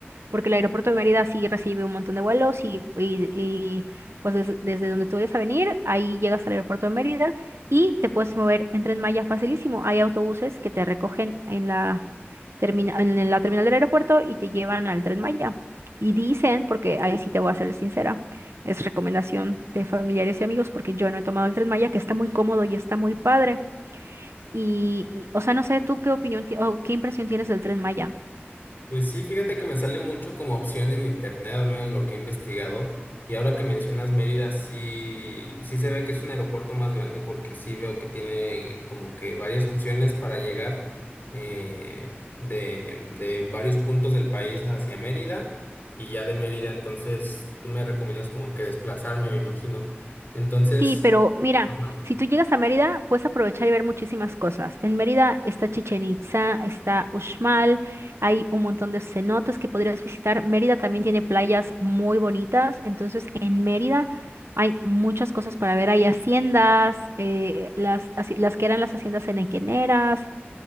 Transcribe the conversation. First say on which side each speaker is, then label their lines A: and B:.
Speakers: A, on the right; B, on the left.
A: porque el aeropuerto de Mérida sí recibe un montón de vuelos y, y, y, pues des- desde donde tú vayas a venir, ahí llegas al aeropuerto de Mérida y te puedes mover en Tren Maya facilísimo. Hay autobuses que te recogen en la, termina- en la terminal del aeropuerto y te llevan al Tren Maya. Y dicen, porque ahí sí te voy a ser sincera, es recomendación de familiares y amigos porque yo no he tomado el Tren Maya, que está muy cómodo y está muy padre. Y, y, o sea, no sé, ¿tú qué opinión ti- o qué impresión tienes del Tren Maya?
B: Pues sí, fíjate que me sale mucho como opción en internet, al menos lo que he investigado. Y ahora que mencionas Mérida, sí, sí se ve que es un aeropuerto más grande porque sí veo que tiene como que varias opciones para llegar eh, de, de varios puntos del país hacia Mérida y ya de Mérida, entonces tú me recomiendas como que desplazarme, me imagino. Entonces...
A: Sí, pero mira,
B: Ajá.
A: si tú llegas a Mérida, puedes aprovechar y ver muchísimas cosas. En Mérida está Chichen Itza, está Uxmal, hay un montón de cenotes que podrías visitar. Mérida también tiene playas muy bonitas, entonces en Mérida hay muchas cosas para ver. Hay haciendas, eh, las, haci- las que eran las haciendas henequeneras,